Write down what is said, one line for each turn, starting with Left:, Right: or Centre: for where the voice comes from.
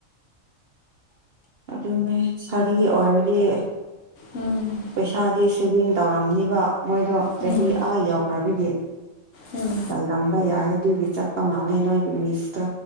Right: ꯑꯗꯨꯅꯦ ꯁꯔꯤ ꯑꯣꯏꯔꯗꯤ
Left: ꯎꯝ
Right: ꯄꯩꯁꯥꯗꯤ ꯁ꯭ꯋꯤꯚꯡ ꯇꯧꯔꯝꯅꯤꯕ ꯃꯣꯏꯗꯣ ꯆꯍꯤ
Left: ꯎꯝ
Right: ꯑ ꯌꯧꯈ꯭ꯔꯕꯗꯤ
Left: ꯎꯝ
Right: ꯔꯝꯕ ꯌꯥꯏ ꯑꯗꯨꯒꯤ ꯆꯠꯄ ꯃꯥꯜꯂꯦ ꯅꯣꯏꯒꯤ ꯃꯤꯁꯇꯣ